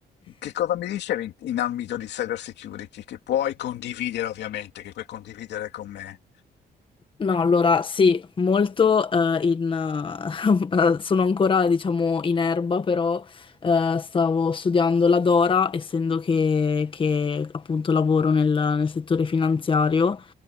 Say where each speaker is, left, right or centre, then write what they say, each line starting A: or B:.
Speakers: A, on the left; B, on the left.
A: Che cosa mi dicevi in, in ambito di cyber security? Che puoi condividere, ovviamente, che puoi condividere con me.
B: No, allora sì, molto eh, in... eh, <laughs> sono ancora, diciamo, in erba, però eh, stavo studiando la Dora, essendo che, che, appunto lavoro nel, nel settore finanziario